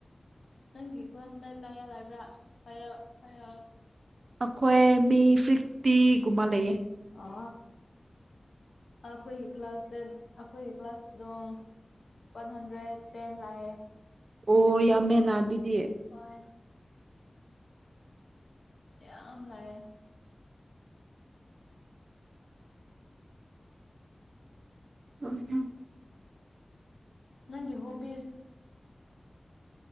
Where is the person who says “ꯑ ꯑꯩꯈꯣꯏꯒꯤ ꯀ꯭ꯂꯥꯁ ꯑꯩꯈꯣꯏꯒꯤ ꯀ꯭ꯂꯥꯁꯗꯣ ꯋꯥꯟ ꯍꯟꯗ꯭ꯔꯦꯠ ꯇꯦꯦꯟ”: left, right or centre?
Left